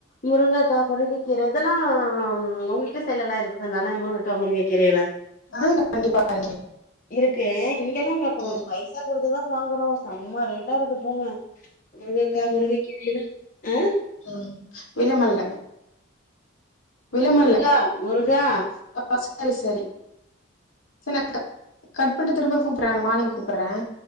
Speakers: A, on the left; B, on the left.
A: முருங்கக்கா முருங்க கீர இதல்லா உங் வீட்ட சைட்லல்லா இருக்த தான முருங்கக்கா முருங்க கீரை எல்லா
B: அ கண்டிப்பா <inaudible>
A: இருக்கு இங்கெல்லா வாக்குபு
B: ம்
A: பைசா குடுத்துதா வாங்குறோ செம்மா ரேட்டா இருக்கு போங்க முருங்க கா முருங்க கீரை எல்லா அ
B: ஒ விலமல்ல விலமல்ல
A: முருகா முருகா
B: சரி சரி சரி நா க கட் பண்ட்டு திரும்ப கூப்புற நா மார்னிங் கூப்புட்ற